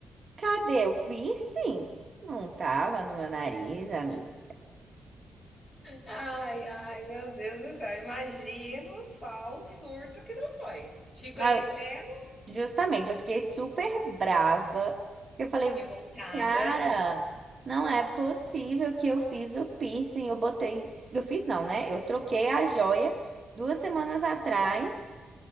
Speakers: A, on the right; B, on the left.
A: Cadê o piercing? Não tava no meu nariz, amiga.
B: Ai, ai, meu Deus do céu, imagino só o surto que não foi. Te conhecendo,
A: Ah. Justamente, eu fiquei super brava, porque eu falei,
B: revoltada
A: cara, não é possível que eu fiz o piercing, eu botei, eu fiz não, né? Eu troquei a joia duas semanas atrás